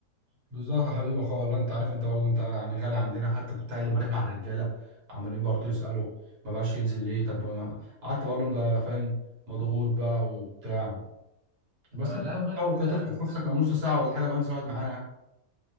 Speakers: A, on the right; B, on the right.
A: بالظبط يا حبيبي اخويا والله انت عارف انت برضو انت يعني غالي عندنا حتى كنت قاعد امبارح مع الرجاله عمالين برضو يسالوا ما بقاش ينزل ليه طب ما- قعدت بقول لهم ده فاهم مضغوط بقى وبتاع بس
B: فلا
A: انت برضو
B: وغير
A: بتحاول
B: كده
A: كده تخطف نفسك لو نص ساعه ولا حاجه بقى انزل اقعد معانا يعني